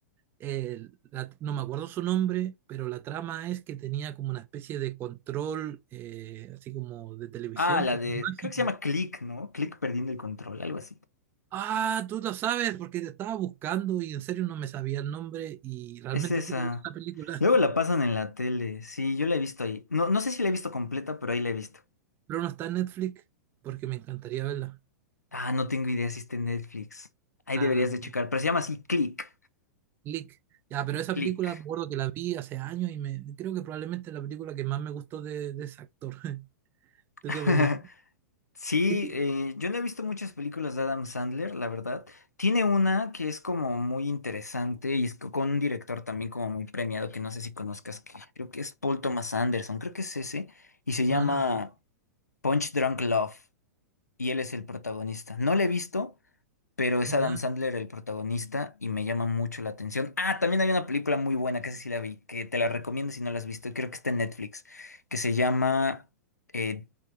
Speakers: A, on the right; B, on the left.
A: El- la- no me acuerdo su nombre, pero la trama es que tenía como una especie de control, eh, así como de televisión,
B: Ah, la
A: que
B: de,
A: es mágico.
B: creo que se llama Click, ¿no? Click perdiendo el control, algo así.
A: Ah, tú lo sabes porque te estaba buscando y en serio no me sabía el nombre y realmente
B: Es esa.
A: quiero ver esta película,
B: Luego la pasan en la tele. Sí, yo la he visto ahí. No, no sé si la he visto completa, pero ahí la he visto.
A: <laughs> pero no está en Netflix porque me encantaría verla.
B: Ah, no tengo idea si está en Netflix. Ahí
A: Ah,
B: deberías de checar, pero se llama así Click.
A: Click. Ya, pero esa
B: Click.
A: película me acuerdo que la vi hace años y me creo que probablemente es la película que más me gustó de, de ese actor. <laughs>
B: <laughs>
A: ¿Tú qué opinas?
B: Sí,
A: ¿Qué film?
B: eh, yo no he visto muchas películas de Adam Sandler, la verdad. Tiene una que es como muy interesante y es co- con un director también como muy premiado que no sé si conozcas, que creo que es Paul Thomas Anderson, creo que es ese, y se llama
A: No, no, no.
B: Punch Drunk Love, y él es el protagonista. No la he visto. pero es
A: Ya.
B: Adam Sandler el protagonista y me llama mucho la atención. Ah, también hay una película muy buena que esa sí la vi, que te la recomiendo si no la has visto, creo que está en Netflix, que se llama eh,